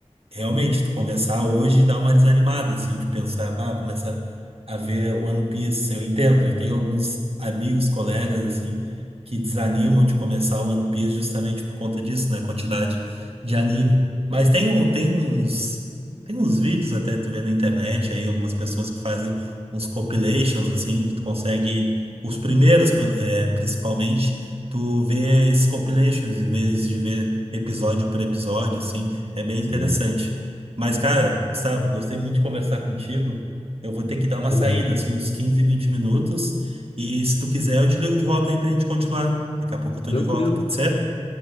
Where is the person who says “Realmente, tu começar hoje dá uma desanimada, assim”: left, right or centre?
Right